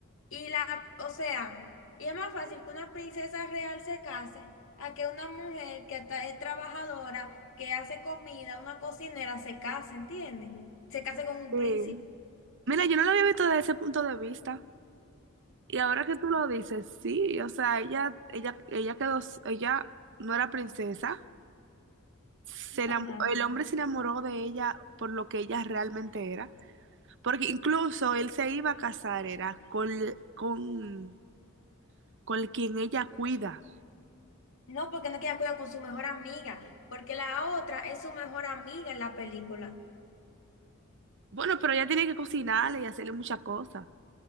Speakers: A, on the left (about 65°); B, on the right (about 60°).
A: y la, o sea, y es más fácil que una princesa real se case a que una mujer que ta- es trabajadora, que hace comida, una cocinera se case, ¿entiende? Se case con un
B: Sí.
A: príncipe.
B: Mira, yo no lo había visto desde ese punto de vista. Y ahora que tú lo dices, sí, o sea, ella, ella, ella quedó, ella no era princesa, se
A: Ajá.
B: enamo- el hombre se enamoró de ella por lo que ella realmente era, porque incluso él se iba a casar, era con, con, con quien ella cuida.
A: No, porque no queda cuidado con su mejor amiga, porque la otra es su mejor amiga en la película.
B: Bueno, pero ella tiene que cocinarle y hacerle muchas cosas.